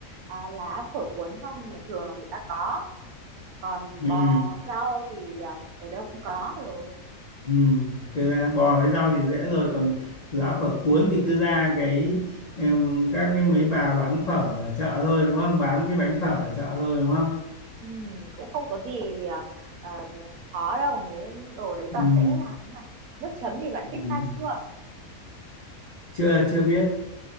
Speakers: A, on the right; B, on the left.
A: à, lá phở cuốn không nhưng mà thường là người ta có còn
B: Ừ.
A: bò rau thì à, ở đâu cũng có rồi
B: Ừ, cứ ra bò với rau thì dễ rồi còn lá phở cuốn thì cứ ra cái em, các cái mấy bà bán phở ở chợ thôi đúng không bán cái bánh phở ở chợ thôi đúng không
A: Ừm, cũng không có gì à, à, khó đâu mấy đồ đấy toàn
B: ừ,
A: dễ làm ấy mà nước chấm thì bạn
B: ừ,
A: biết pha chưa
B: chưa chưa biết